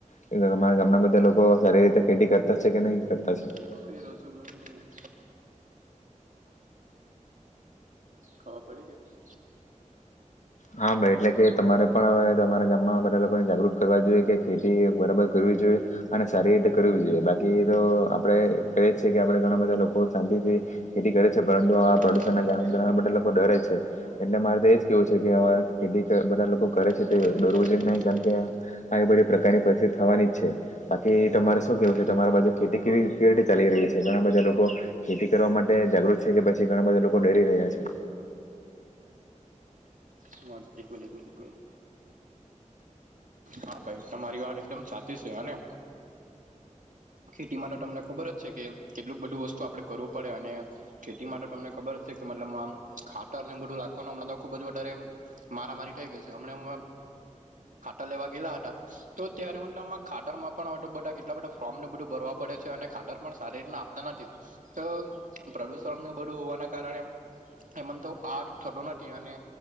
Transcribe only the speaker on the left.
છે અમારા ગામના બધા લોકો સારી રીતે ખેતી કરતા છે કે નહી કરતા છે.
હા ભાઈ એટલે કે તમારે પણ હવે તમારા ગામમાં બધા લોકોને જાગૃત કરવા જોઈએ કે ખેતી બરાબર કર જોઈએ અને સારી રીતે કરવી જોઈએ બાકી તો આપણે કહીીએજ છે કે આપણે ઘણા બધા લોકો શાંતિ ખેતી કરે છે પરંતુ
આ પ્રદૂષણ
ના કારણે
ધણા
બધા લોકો ડરે છે. એટલે મારે તો એજ કેવું છે કે આવા ખેતી બધા લોકો કરે
છે તે દરવું
જોઈએ નહી
કારણ કે આ બધી પ્રકારની પરિસ્થિતિ થવાની જ છે બાકી તમારે શું કેવું છે?
તમારી
બાજુ ખેતી કેવી કેવી રીતે ચાલી રહી છે ઘણા બધા લોકો ખેતી કરવા માટે જાગૃત છે કે પછી ઘણા બધા લોકો ડરી રહ્યા છે?